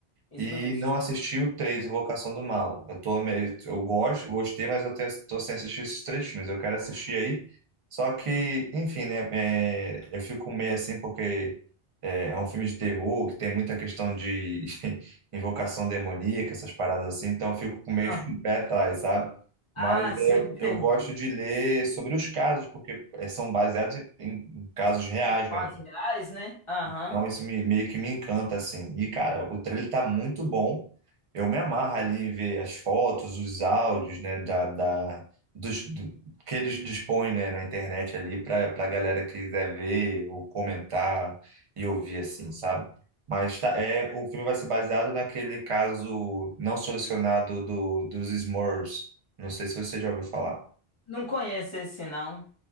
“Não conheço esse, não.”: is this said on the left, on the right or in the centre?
Left